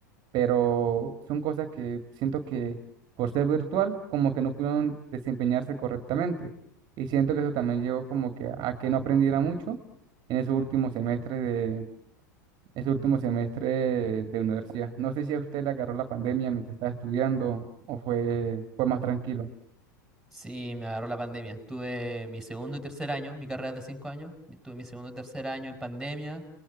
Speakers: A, on the right; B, in the centre.
A: Pero son cosas que siento que por ser virtual, como que no pudieron desempeñarse correctamente. Y siento que eso también llevó como que a que no aprendiera mucho en esos últimos semestres de, ese último semestre de, de universidad. No sé si a usted le agarró la pandemia mientras estaba estudiando o fue, fue más tranquilo.
B: Sí, me agarró la pandemia. Tuve mi segundo y tercer año, mi carrera es de cinco años, mi- tuve mi segundo y tercer año en pandemia